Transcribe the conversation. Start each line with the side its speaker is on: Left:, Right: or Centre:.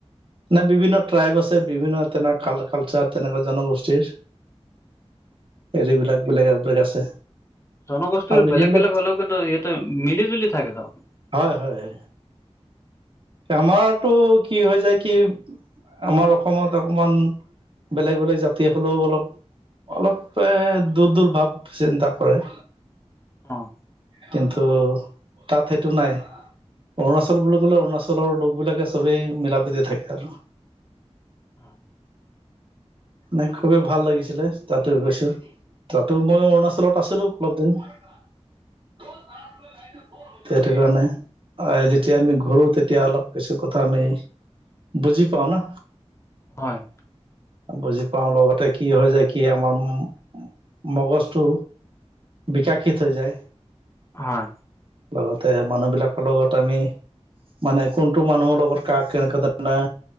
Right: নাই বিভিন্ন ট্ৰাইব আছে বিভিন্ন তেনেকোৱা কালচাৰ তেনেকুৱা জনগোষ্ঠীৰ হেৰিবিলাক বেলেগ আৰু বেলেগ আছে।
Left: জনগোষ্ঠীৰ
Right: আৰু
Left: বেলেগ
Right: সেইবিলাক
Left: বেলেগ হ'লেও কিন্তু ইয়াহতে মিলি জুলি থাকে <unintelligible>
Right: হয়, হয়, আমাৰতটো কি হৈ যায় কি আমাৰ অসমত অকমান বেলেগ বেলেগ জাতি হলেও অলপ অলপ দূৰ দূৰ ভাৱ চিন্তা কৰে।
Left: অ'।
Right: কিন্তু তাতে এইটো নাই অৰুণাচল বুলি ক'লে অৰুণাচলৰ লোক বিলাকে চবেই মিলা- প্ৰীতি থাকে আৰু
Left: অ
Right: মানে খুবেই ভাল লাগিছিলে তাতো গৈছো তাতো মই অৰুণাচলত আছিলো অলপ দিন। <unintelligible> সিটো কাৰণে যেতিয়া আমি ঘুৰো তেতিয়া অলপ কিছু কথা আমি। - বুজি পাও না
Left: হয়।
Right: বুজি পাওঁ লগতে কি হয় যায় কি আমাৰ ম-মগজটো বিকাশিত হৈ যায়।
Left: হয়।
Right: লগতে মানুহবিলাকৰ লগত আমি মানে কোনটো মানুহৰ লগৰ, কাক কেনেকা <unintelligible>